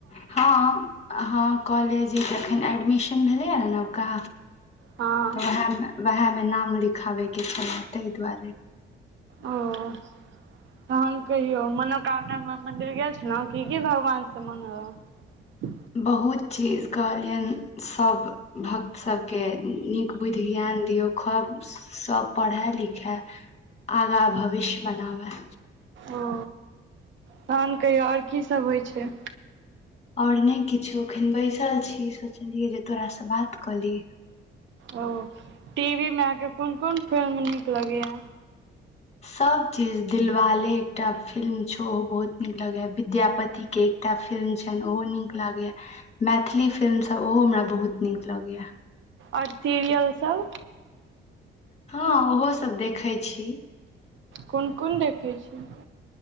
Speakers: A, on the left; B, on the right.
A: हँ हँ कॉलेज अ त एखन एडमिशन भेलैए ने नवका
B: हँ
A: तऽ उएहमे उएहमे नाम लिखाबैके छलए तहि दुआरे
B: ओ तहन कहियौ मनोकामना मे मन्दिर गेल छलहुँ की की भगवान से मङ्गलहुँ ह
A: बहुत चीज कहलियन सभ भक्त सभके नीक बुद्धियनि ध दियऔ खब सब पढ़ए लिखए आगा भविष्य बनाबए
B: ओ तहन कहियौ ओर की सब होइ छै
A: ओर नहि किछो एखन बैसल छी सोचलियै जे तोरासँ बात कऽ लीह
B: ओ टीवी मे आहके कोन कोन फिल्म नीक लगैया
A: सब चीज दिलवाले एकटा फिल्म छो ओ बहुत नीक लगेए या विद्यापति के एकटा फिल्म छनि ओहो नीक लागैया मैथिली फिल्म सब ओहो हमरा बहुत नीक लगैया
B: आओर सीरियलसभ
A: हँ ओहो सब देखै छी
B: कोन कोन देखै छी